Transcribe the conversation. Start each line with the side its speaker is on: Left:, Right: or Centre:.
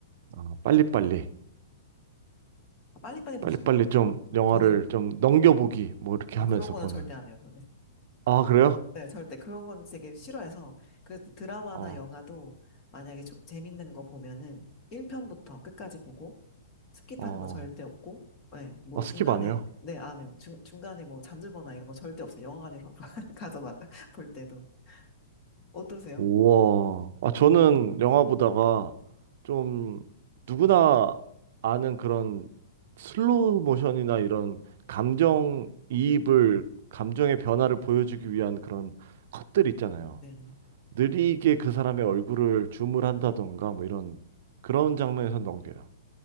Right: 아, 빨리빨리.
Left: 아, 빨리빨리 보진
Right: 빨리빨리
Left: 않아요.
Right: 좀 영화를
Left: 저는
Right: 좀 넘겨보기, 뭐 이렇게
Left: 뭐
Right: 하면서
Left: 그런 거는
Right: 보는.
Left: 절대 안 해요, 저는.
Right: 아, 그래요?
Left: 네, 절대. 그런 건 되게 싫어해서. 그래서 드라마나
Right: 어,
Left: 영화도 만약에 조- 재밌는 거 보면은 1편부터 끝까지 보고 스킵하는
Right: 어,
Left: 거 절대 없고, 네, 뭐
Right: 아, 스킵
Left: 중간에,
Right: 안 해요.
Left: 네, 안 해요. 중, 중간에 뭐 잠들거나 이런 거 절대 없어요. 영화관에서 <laughs> 가서 봐- 볼 때도. 어떠세요?
Right: 우와.
Left: 뭐,
Right: 아, 저는 영화 보다가 좀 누구나 아는 그런 슬로우 모션이나 이런 감정 이입을, 감정의 변화를 보여주기 위한 그런 컷들 있잖아요.
Left: 네네.
Right: 느리게 그 사람의 얼굴을 줌을
Left: 음.
Right: 한다던가 뭐 이런 그런 장면에서 넘겨요.